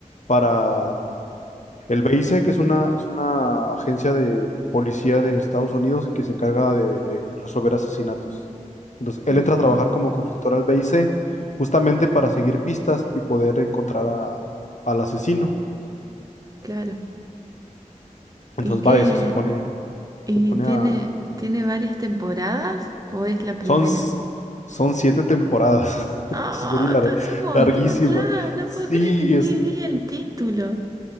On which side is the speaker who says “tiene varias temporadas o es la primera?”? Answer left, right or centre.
Right